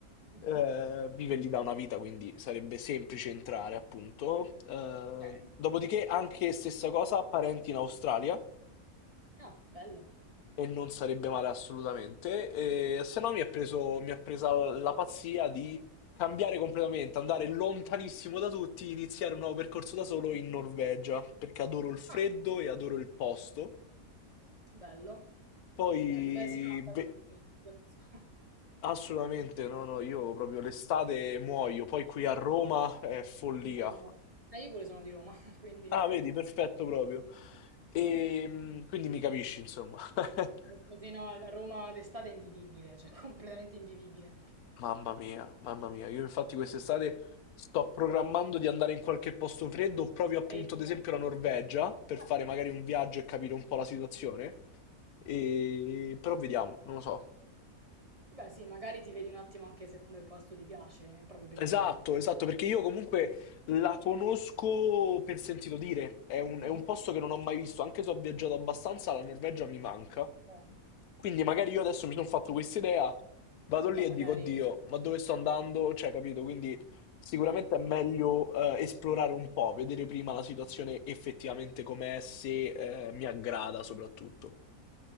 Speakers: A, on the right; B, on the left.
A: Mhm,
B: Eh, vive lì da una vita, quindi sarebbe semplice entrare, appunto. Eh,
A: Ok.
B: dopodiché, anche stessa cosa, parenti in Australia.
A: Ah, bello,
B: E non sarebbe male assolutamente. E, se no mi ha preso, mi ha presa la pazzia di cambiare completamente, andare lontanissimo da tutti, iniziare un nuovo percorso da solo in Norvegia, perché adoro il freddo
A: Ah,
B: e adoro il posto.
A: bello,
B: Poi,
A: bello. Beh, sì, no, ah, è
B: beh,
A: stato per freddo, ti capisco.
B: assolutamente, no, no, io proprio l'estate muoio, poi qui a Roma è follia.
A: mamma mia. Ma io pure sono di Roma, <laughs> quindi
B: Ah,
A: eh,
B: vedi, perfetto proprio. E mm, quindi mi capisci, insomma. <laughs>
A: così no, a Roma d'estate è invivibile, cioè <laughs> completamente invivibile.
B: Mamma mia, mamma mia, io infatti quest'estate sto programmando di andare in qualche posto freddo, proprio appunto
A: Freddo.
B: ad esempio la Norvegia, per
A: <laughs>
B: fare magari un viaggio e capire un po' la situazione. E... Però vediamo, non lo so,
A: Beh, sì, magari ti vedi un attimo anche se come posto ti piace, eh, proprio per
B: Esatto,
A: viverti.
B: esatto, perché io comunque la conosco per sentito dire, è un,
A: Mhm.
B: è un posto che non ho mai visto, anche se ho viaggiato abbastanza, la Norvegia mi manca.
A: Eh,
B: Quindi magari io adesso mi sono fatto questa idea, vado
A: E
B: lì
A: poi
B: e
A: magari...
B: dico, oddio, ma dove sto andando? Cioè, capito? Quindi sicuramente è meglio eh, esplorare un po', vedere prima la situazione effettivamente com'è, se eh, mi aggrada soprattutto.